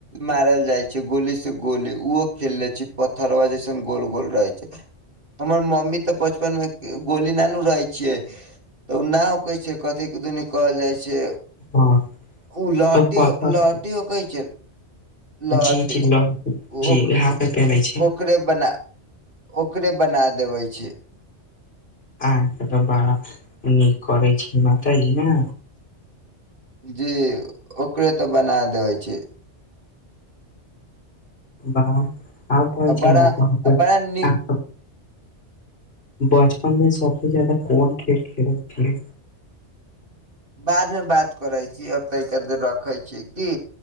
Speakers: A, on the right (about 50°); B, on the left (about 55°).
A: मारल जाइ छै, गोली से गोली ओ। खेलले छी, पत्थरबा जेसन गोल-गोल रहै छै। हमर मम्मी तऽ बचपन में गोली नै नू रहै छियै तऽ ओ न। कथी दुनि कहल जाइ छै,
B: हँ
A: ओ लहटि
B: आ पत्थर
A: ओ लहटि। कहै छै लहटी
B: जी जी ल जी
A: ओ।
B: हाथ पे पेन्है छी
A: ओकरे बना ओकरे बना देबे छै।
B: अहाँ तऽ बड़ा नीक करै छी माताजी ने।
A: जे ओकरे तऽ बना देबै छै।
B: वाह, आब
A: आ
B: कोन छै
A: बड़ा
B: न।
A: आ बड़ा नीक
B: बचपन में सबसे जादा कोन खेल-खेलैत छलियै।
A: बाद में बात करै छी, अब तनिके देर रखै छी की